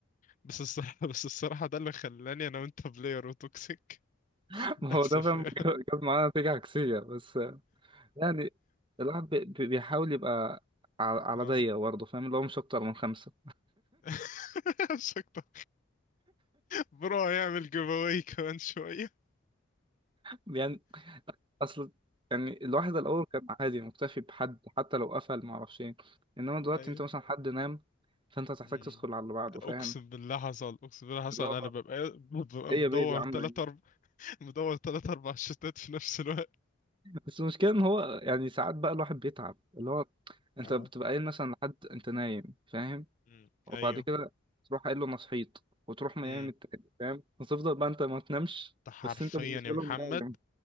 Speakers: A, on the left; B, on the right.
A: بس الصراحة <laughs> بس الصراحة ده اللي خلاني أنا وأنت بلاير وتوكسيك
B: <laughs>
A: للأسف
B: ما هو ده فاهم
A: يعني
B: جاب جاب معانا نتيجة عكسية بس يعني الواحد بي- بي- بيحاول يبقى على على
A: اه
B: ضيق برضه فاهم اللي هو مش أكتر من خمسة
A: <laughs> شكرا برو هيعمل جيف أواي كمان شوية
B: يعني أصل يعني الواحد الأول كان عادي مكتفي بحد حتى لو قفل معرفش إيه إنما دلوقتي
A: أيوه
B: أنت مثلا حد نام فأنت هتحتاج
A: مم.
B: تدخل على اللي بعده
A: أقسم
B: فاهم
A: بالله حصل أقسم بالله حصل
B: اللي هو
A: أنا ببقى ببقى
B: إيه
A: مدور
B: يا بيبي عاملة
A: تلات
B: إيه
A: أربع <laughs> مدور تلات أربع شتات في نفس الوقت
B: بس المشكلة إن هو يعني ساعات بقى الواحد بيتعب اللي هو أنت
A: اه
B: بتبقى قايل مثلا لحد أنت نايم فاهم
A: مم.
B: وبعد
A: أيوه
B: كده تروح قايل له أنا صحيت وتروح نايم
A: مم.
B: التاني فاهم وتفضل بقى أنت ما تنامش
A: ده حرفيا
B: بس أنت بالنسبة
A: يا محمد
B: لهم نايم